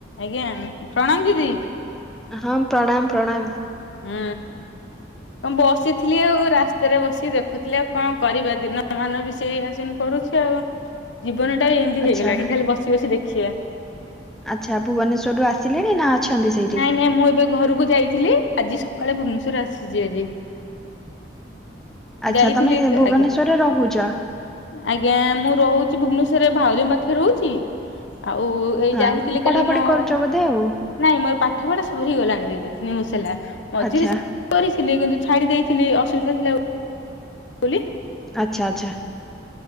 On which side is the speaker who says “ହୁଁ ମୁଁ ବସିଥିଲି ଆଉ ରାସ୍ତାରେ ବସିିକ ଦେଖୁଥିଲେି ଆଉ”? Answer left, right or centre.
Left